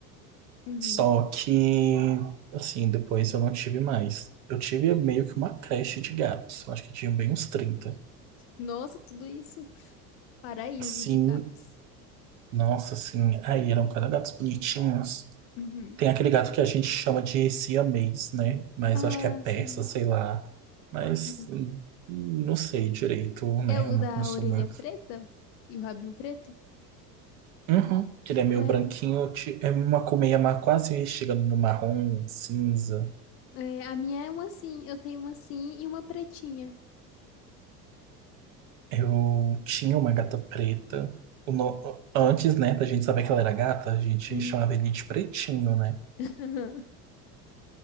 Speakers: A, on the left; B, on the right.
A: Uhum.
B: Só que, assim, depois eu não tive mais. Eu tive meio que uma creche de gatos. Eu acho que tinha bem uns trinta
A: Nossa, tudo isso. Paraíso
B: Sim,
A: de gatos.
B: nossa, assim. Aí eram cada gatos bonitinhos.
A: Uhum.
B: Tem aquele gato que a gente chama de siamês, né? Mas
A: Ah,
B: eu acho que é persa,
A: sim.
B: sei lá. Mas
A: Aham.
B: hum, não sei direito, né?
A: É o
B: Eu não
A: da
B: sou
A: orelha
B: muito.
A: preta e o rabinho preto?
B: Uhum, que ele é meio
A: É.
B: branquinho. ti- É uma colmeia ma- quase chegando no marrom, cinza.
A: É, a minha é uma assim. Eu tenho uma assim e uma pretinha.
B: Eu tinha uma gata preta. O no- Antes, né, da gente saber que ela era gata, a gente
A: Uhum.
B: chamava ele de pretinho, né?
A: <laughs>